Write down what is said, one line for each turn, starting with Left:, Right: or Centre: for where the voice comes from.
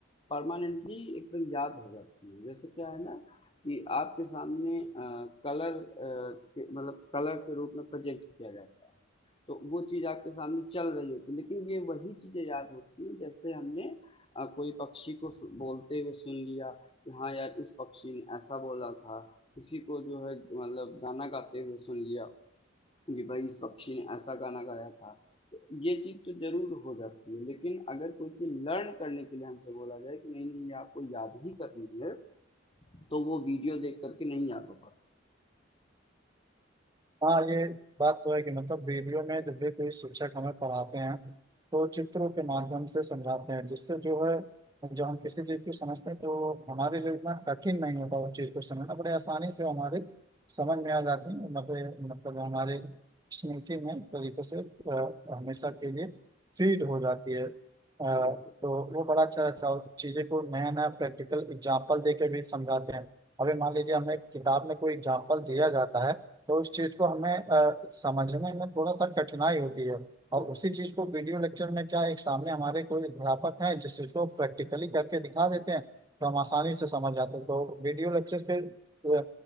Left: परमानेंटली एकदम याद हो जाती है जैसे क्या है ना कि आपके सामने आ, कलर आ, मतलब कलर के रूप में प्रेजेंट किया जाता है तो वो चीज आपके सामने चल रही होती है लेकिन ये वही चीजें याद होती हैं जैसे हमने अ, कोई पक्षी को सु- बोलते हुए सुन लिया कि हाँ यार इस पक्षी ने ऐसा बोला था किसी को जो है मतलब गाना गाते हुए सुन लिया कि भाई इस पक्षी ने ऐसा गाना गाया था तो ये चीज तो जरूर हो जाती है लेकिन अगर कोई चीज लर्न करने के लिए हमसे बोला जाए कि नहीं नहीं ये आपको याद ही करनी है तो वो वीडियो देख करके नहीं याद हो पाता
Right: हाँ ये बात तो है कि मतलब वीडियो में जब भी कोई शिक्षक हमें पढ़ाते हैं तो चित्रों के माध्यम से समझाते हैं जिससे जो है जब हम किसी चीज को समझते हैं तो हमारे लिए इतना कठिन नहीं होता उस चीज को समझना बड़े आसानी से हमारे समझ में आ जाती है मतलब मतलब हमारे स्मृति में एक तरीके से अ, हमेशा के लिए फीड हो जाती है अ,
Left: बिल्कुल
Right: तो वो बड़ा अच्छा रहता है और चीजें को नया नया प्रैक्टिकल एग्जाम्पल दे के भी समझाते हैं अभी मान लीजिए हमें किताब में कोई एग्जाम्पल दिया जाता है तो उस चीज को हमें अ, समझने में थोड़ा सा कठिनाई होती है और
Left: हम्म,
Right: उसी चीज को वीडियो लेक्चर में क्या है, एक सामने हमारे कोई अध्यापक हैं जिस चीज को प्रैक्टिकली करके दिखा देते हैं तो हम आसानी से समझ जाते हैं तो वीडियो लेक्चर के अ,